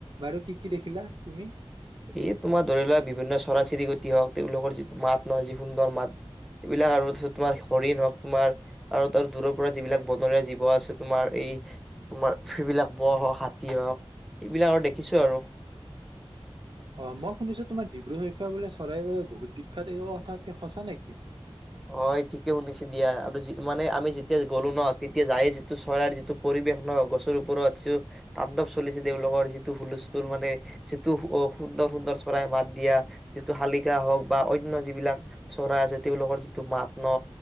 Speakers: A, on the right; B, in the centre.
A: বাৰু কি কি দেখিলা তুমি?
B: এই তোমাৰ ধৰি লোৱা বিভিন্ন চৰাই চিৰিকটি হওক তেওঁলোকৰ যিটো মাত নহয় যি সুন্দৰ মাত সেইবিলাক আৰু তোমাৰ হৰিণ হওক তোমাৰ আৰু দূৰৰ পৰা যিবিলাক বনৰীয়া জীৱ আছে তোমাৰ এই তোমাৰ সেইবিলাক ব হওক হাতী হওক সেইবিলাক আৰু দেখিছো আৰু
A: অ মই শুনিছো তোমাৰ ডিব্ৰু চৈখোৱা বোলে চৰাইবোৰ বহুত বিখ্যাত এই কথা কি সঁচা নেকি?
B: অ ঠিকে শুনিছে দিয়া আৰু মানে আমি যেতিয়া গ'লো ন তেতিয়া যায়ে যিটো চৰাই যিটো পৰিৱেশ ন গছৰ ওপৰত যিটো তাণ্ডৱ চলিছে তেওঁওলোকৰ যিটো হুলস্থুল মানে যিটো সুন্দৰ সুন্দৰ চৰাই মাত দিয়া যিটো শালিকা হওক বা অন্য যিবিলাক চৰাই আছে তেওঁলোকৰ যিটো মাত ন